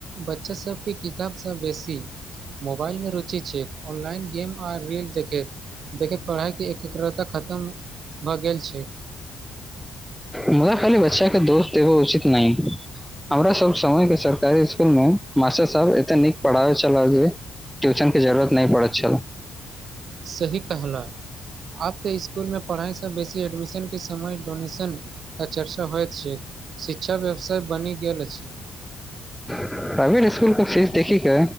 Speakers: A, on the right; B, in the centre.
A: बच्चा सबके किताब सब बेसी मोबाइलमे रुचि छै ऑनलाइन गेम आ रील देखै देखिय पढ़ाइके एकग्रता खतम भऽ गेल छै
B: मुदा खाली बच्चा के दोस्त एबो उचित नहि हमरा सब समयके सरकारी स्कुल मे मास्टर साहब एते नीक पढ़ाबै छल जे ट्यूशन के जरूरत नहि पड़त छल
A: सही कहलअ आब तऽ स्कूल मे पढ़ाइसँ बेसी एडमिशनके समय डोनेशनके चर्चा होइत छैक शिक्षा व्यवसाय बनि गेल अछि
B: प्राइवेट स्कूल के फीस देखी के